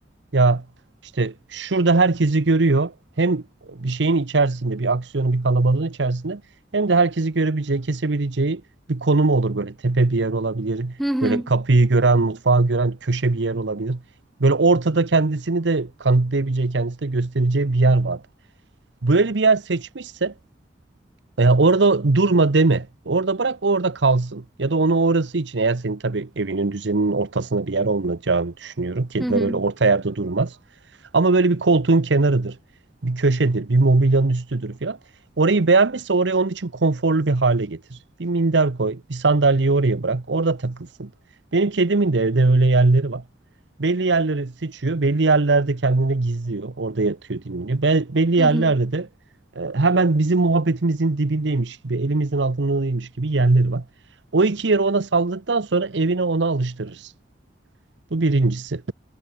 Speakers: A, on the right (about 75°); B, in the centre.
A: ya işte şurada herkesi görüyor. Hem bir şeyin içerisinde, bir aksiyonun, bir kalabalığın içerisinde hem de herkesi görebileceği, kesebileceği bir konumu olur böyle. Tepe bir yer olabilir.
B: Hı hı.
A: Böyle kapıyı gören, mutfağı gören köşe bir yer olabilir. Böyle ortada kendisini de kanıtlayabileceği, kendisi de göstereceği bir yer vardır. Böyle bir yer seçmişse e, orada durma deme. Orada bırak o orada kalsın. Ya da onu orası için eğer senin tabii evinin düzeninin ortasında bir yer olmayacağını düşünüyorum. Kediler
B: Hı hı.
A: öyle orta yerde durmaz. Ama böyle bir koltuğun kenarıdır. Bir köşedir. Bir mobilyanın üstüdür falan. Orayı beğenmişse orayı onun için konforlu bir hale getir. Bir minder koy. Bir sandalyeyi oraya bırak. Orada takılsın. Benim kedimin de evde öyle yerleri var. Belli yerleri seçiyor. Belli yerlerde kendini gizliyor. Orada yatıyor dinleniyor. Be- belli yerlerde
B: Hı hı.
A: de e, hemen bizim muhabbetimizin dibindeymiş gibi, elimizin altındaymış gibi yerleri var. O iki yeri ona salladıktan sonra evine ona alıştırırız. Bu birincisi.